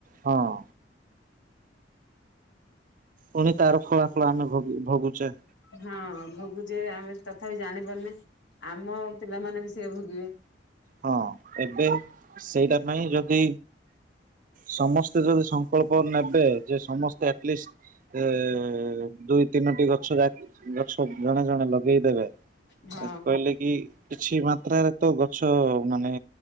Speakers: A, on the right; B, on the left.
A: ହଁ। ପୁଣି ତାର ଫଳା ଫଳ ଆମେ ଭୋଗୁଚେ।
B: ହଁ, ଭୋଗୁଛେ ଆମେ ତଥାପି ଜାଣିପାରୁନେ ଆମ ପିଲାମାନେ ବି ସେୟା ଭୋଗିବେ।
A: ହଁ, ଏବେ ସେଇଟା ପାଇଁ ଯ ଦି ସମସ୍ତେ ଯଦି ସଂକଳ୍ପ ନେବେ ଯେ ସମସ୍ତେ ଆଟଲିଷ୍ଟ ଏ ଦୁଇ ତିନଟି ଗଛ ଯା ଗଛ ଜଣେ ଜଣେ ଲଗେଇଦେବେ।
B: ହଁ
A: କହିଲେ କି କିଛି ମାତ୍ରାରେ ତ ଗଛ ମାନେ